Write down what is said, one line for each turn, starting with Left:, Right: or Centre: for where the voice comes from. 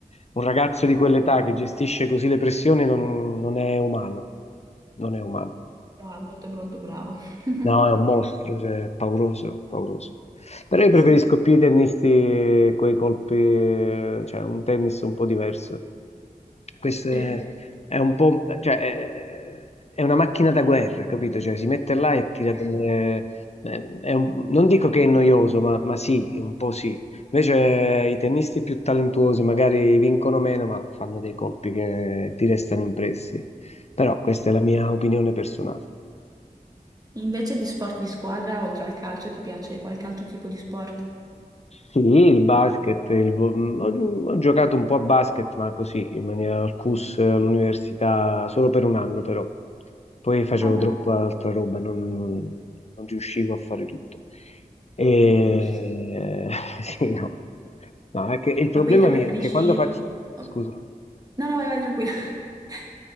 Left: Un ragazzo di quell'età
Right: Bravo,
Left: che gestisce così le pressioni non, non è umano, non è umano.
Right: molto, molto bravo. <laughs>
Left: No, è un mostro, cioè, è pauroso, pauroso. Però
Right: Sì,
Left: io preferisco
Right: sì,
Left: più i tennisti con i colpi, eh, cioè un tennis un po' diverso. Questo è,
Right: sì.
Left: è un po', cioè, è, è una macchina da guerra, capito? Cioè, si mette là e tira delle... eh, è un- non dico che è noioso, ma, ma sì, un po' sì. Invece eh, i tennisti
Right: Sì.
Left: più talentuosi magari vincono meno, ma fanno dei colpi che ti restano impressi. Però questa è la mia opinione personale.
Right: Invece di sport di squadra, oltre al calcio, ti piace qualche altro tipo di sport?
Left: Sì, il basket, il vo- ho, ho giocato un po' a basket, ma così, in maniera al CUS, all'università, solo per un anno però. Poi facevo
Right: Vabbè,
Left: troppa altra roba, non, non riuscivo a fare tutto. E...
Right: giusto.
Left: <laughs> Sì, no. No, è che il problema
Right: Ma quindi te
Left: mio
Right: preferisci...
Left: è che quando faccio...
Right: Ok.
Left: Scusa.
Right: No, no, vai, vai, tranquilla. <laughs>